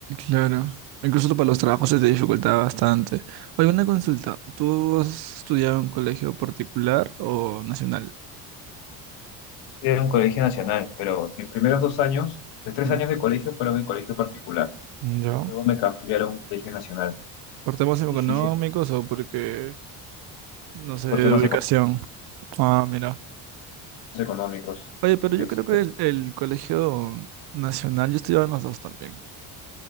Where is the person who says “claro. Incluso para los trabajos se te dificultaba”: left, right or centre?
Right